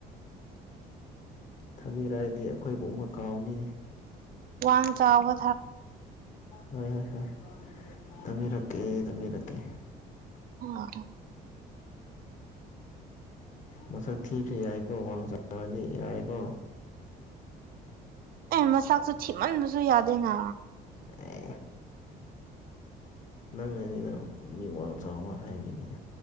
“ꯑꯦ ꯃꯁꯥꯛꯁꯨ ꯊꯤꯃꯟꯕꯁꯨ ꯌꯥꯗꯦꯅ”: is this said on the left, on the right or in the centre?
Right